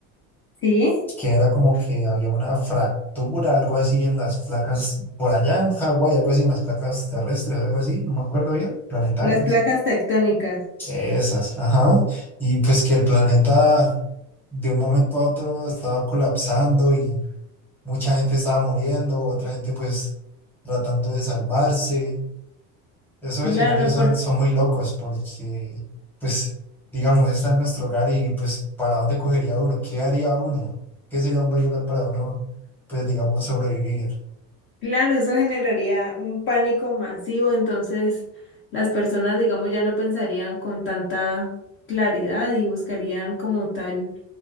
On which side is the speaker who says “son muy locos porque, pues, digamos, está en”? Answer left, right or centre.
Centre